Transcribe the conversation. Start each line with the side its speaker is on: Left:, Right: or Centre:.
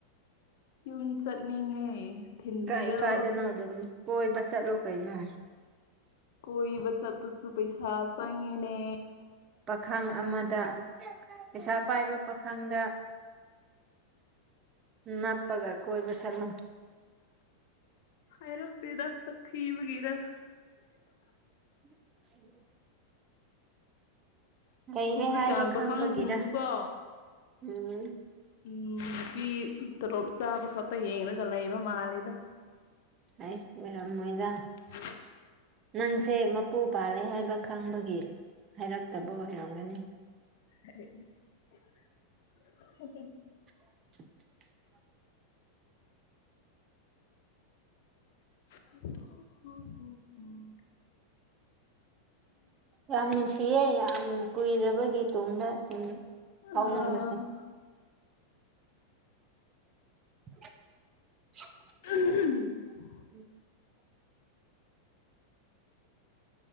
Left: ꯌꯨꯝ ꯆꯠꯅꯤꯡꯉꯦ ꯊꯤꯟꯕꯤꯌꯣ
Right: ꯀꯥꯏ ꯀꯥꯏꯗꯅꯣ ꯑꯗꯨꯝ ꯀꯣꯏꯕ ꯆꯠꯂꯨ ꯀꯩꯅꯣ꯫
Left: ꯀꯣꯏꯕ ꯆꯠꯄꯁꯨ ꯄꯩꯁꯥ ꯆꯪꯉꯦꯅꯦ꯫
Right: ꯄꯥꯈꯪ ꯑꯃꯗ ꯄꯩꯁꯥ ꯄꯥꯏꯕ ꯄꯥꯈꯪꯗ ꯅꯞꯄꯒ ꯀꯣꯏꯕ ꯆꯠꯂꯨ
Left: ꯍꯥꯏꯔꯛꯇꯦꯗ ꯁꯛ ꯊꯤꯕꯒꯤꯔ
Right: <unintelligible> ꯂꯩꯔꯦ
Left: ꯍꯧꯖꯤꯛꯀꯥꯟ
Right: ꯍꯥꯏꯕ ꯈꯪꯕꯒꯤꯔ
Left: ꯄꯥꯈꯪꯁꯤꯡꯁꯨ ꯀꯣ
Right: ꯎꯝ
Left: ꯎꯝ ꯅꯨꯄꯤ ꯇꯣꯂꯣꯞ ꯆꯥꯕ ꯈꯛꯇ ꯌꯦꯡꯂꯒ ꯂꯩꯕ ꯃꯥꯜꯂꯤꯗ
Right: ꯍꯩꯁ ꯑꯣꯢꯔꯝꯃꯣꯢꯗ
Left: <inaudible>
Right: ꯅꯪꯁꯦ ꯃꯄꯨ ꯄꯥꯜꯂꯦ ꯍꯥꯏꯕ ꯈꯪꯕꯒꯤ ꯍꯥꯏꯔꯛꯇꯕ ꯑꯣꯏꯔꯝꯒꯅꯤ
Left: <unintelligible>
Right: <unintelligible>
Left: ꯍ ꯍ ꯍ <unintelligible>
Right: ꯌꯥꯝ ꯅꯨꯡꯁꯤꯌꯦ ꯌꯥꯝ ꯀꯨꯏꯔꯕꯒꯤ ꯇꯨꯡꯗ ꯁꯨꯝ ꯐꯥꯎꯅꯕꯁꯦ
Left: ꯑꯥ
Right: <inaudible>
Left: <unintelligible>
Right: <inaudible>